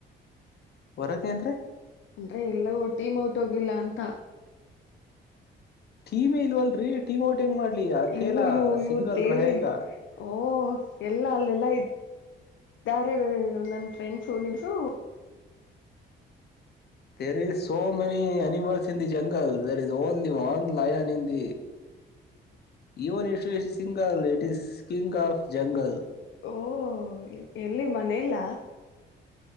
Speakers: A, on the left (about 55°); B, on the left (about 70°).
A: ಹೊರಗೆ ಏನ್ದ್ರೆ
B: ಅಂದ್ರೆ ಎಲ್ಲ ಒಟೀಮ ಔಟ್ ಹೋಗಿಲ್ಲ ಅಂತ
A: ಟೀಮ್ ಇಲ್ವಲ್ರರಿ ಟೀಮ್ ಔಟೆಂಗ್ ಮಾಡ್ಲಿ ಅಕೇಲ
B: ಇವು ಇವು ಇವು
A: ಸಿಂಗಲ್
B: ದೇವ್ರೇ
A: ರಯೇಗಾ
B: ಓ ಎಲ್ಲಾ ಅಲ್ಲೆಲ್ಲಾ ಇದ <unintelligible> <unintelligible> ಇದಾರೆ ನನ್ ಫ್ರೆಂಡ್ಸು ನಿಮ್ಸು
A: there is so many animals in the jungle there is only one lion in <unintelligible> even it yeah is single it is king of jungle
B: ಓ ಎಲ್ಲಿ ಮನಲ್ಲ